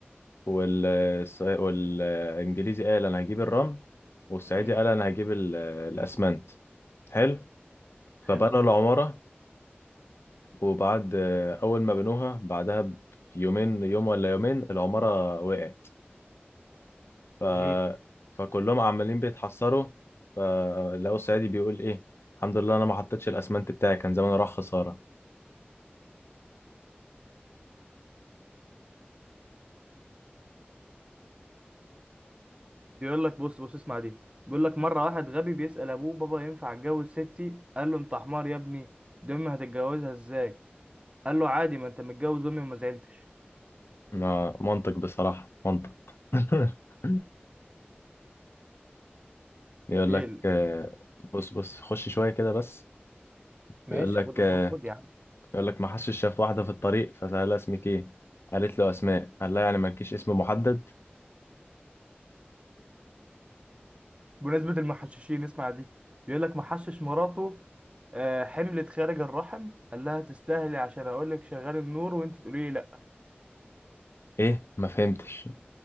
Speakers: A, on the left (about 85°); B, on the right (about 30°).
A: والص- والانجليزي قال انا هجيب الرمل والصعيدي
B: امم
A: قال انا هجيب ال- الاسمنت حلو فبنوا
B: حلو
A: العماره وبعد آه اول ما بنوها بعدها بيومين يوم ولا يومين العماره وقعت ف...
B: ليه
A: فكلهم عمالين بيتحسروا فلقوا الصعيدي بيقول ايه الحمد لله انا ما حطيتش الاسمنت بتاعي كان زمان راح خسارة
B: بيقول لك بص بص اسمع دي بيقول لك مرة واحد غبي بيسأل ابوه بابا ينفع اتجوز ستي قال له انت حمار يا ابني دي امي هتتجوزها ازاي قال له عادي ما انت متجوز امي وما زعلتش
A: ما منطق بصراحة منطق <laughs> يقول
B: ايه
A: لك
B: ال-
A: آه، بص بص خش شوية كده بس
B: ماشي
A: يقول لك
B: خد
A: آه،
B: خد خد يا عم
A: يقول لك ما حدش شاف واحدة في الطريق فسألها اسمك ايه قالت له اسماء قال لها يعني مالكيش اسم محدد
B: بمناسبة المحششين اسمع دي بيقول لك محشش مراته آه، حملت خارج الرحم قال لها تستاهلي عشان اقول لك شغال النور وانت تقولي لي لا
A: ايه ما فهمتش